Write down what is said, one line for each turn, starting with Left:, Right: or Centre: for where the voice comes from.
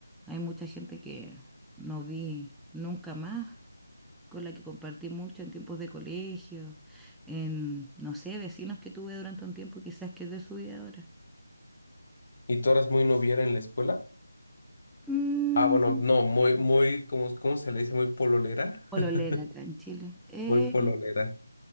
Centre: Hay mucha gente que no vi nunca más, con la que compartí mucho en tiempos de colegio, en, no sé, vecinos que tuve durante un tiempo, quizás que es de su vida ahora.
Left: ¿Y tú eras muy noviera en la escuela?
Centre: Mm,
Left: Ah, bueno, no, muy, muy, ¿cómo, cómo se le dice? Muy pololera.
Centre: pololera
Left: <laughs>
Centre: acá en Chile. Eh,
Left: Muy pololera.